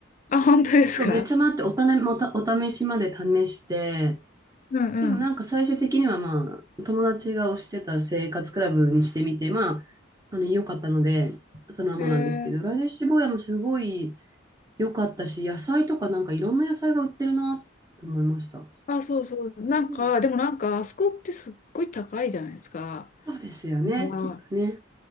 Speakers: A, on the left; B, on the right.
A: あ、本当ですか
B: そう、めっちゃ迷っておたね、また、お試しまで試して、
A: うんう
B: でもなんか最終的にはまあ、友達が推してた生活クラブにしてみて、まあ、あの、良かったので、そのままなんですけど、
A: ん。えー、
B: ラレッシュボーもすごい、良かったし、野菜とかなんかいろんな野菜が売ってるなと思いました。
A: あ、そうそう。なんか、
B: うん。
A: でもなんか、あそこってすっごい高いじゃないですか。
B: そうですよね。
A: だから、
B: ちょっとね。